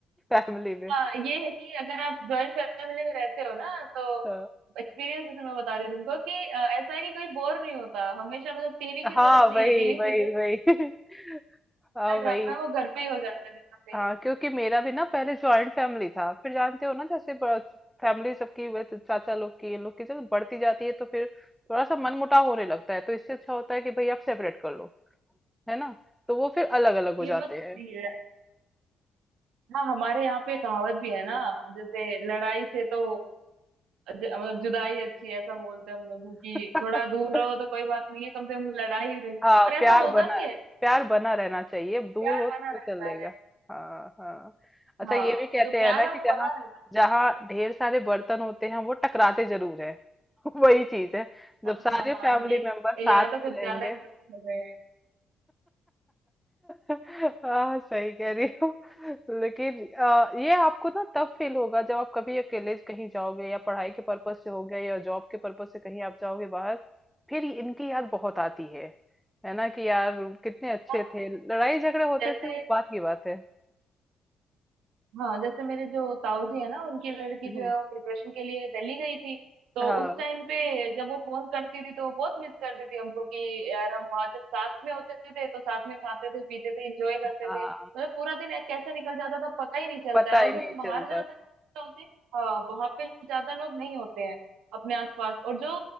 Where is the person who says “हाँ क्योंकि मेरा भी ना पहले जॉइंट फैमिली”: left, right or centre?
Centre